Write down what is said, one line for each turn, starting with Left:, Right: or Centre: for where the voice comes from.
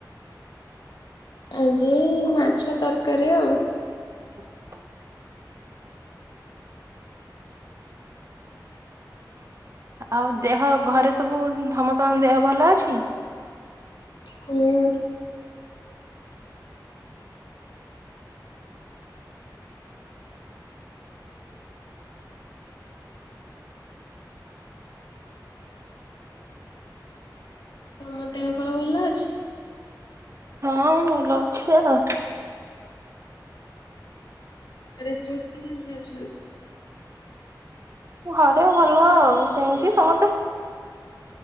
Left: ଆଜି ମାଛ ତରକାରୀ ଆଉ।
Right: <unintelligible> ଆଉ ଦେହ ଘରେ ସବୁ ସମସ୍ତଙ୍କ ଦେହ ଭଲ ଅଛି?
Left: ହୁଁ। ମଁ ଦେହପାହ ଭଲ ଅଛି?
Right: ହଁ ଭଲ ଅଛି ଆଉ।
Left: ଘରେ ସମସ୍ତେ କେମିତି ଅଛନ୍ତି?
Right: ଘରେ ଭଲ ଆଉ ସେମିତି ସମସ୍ତେ।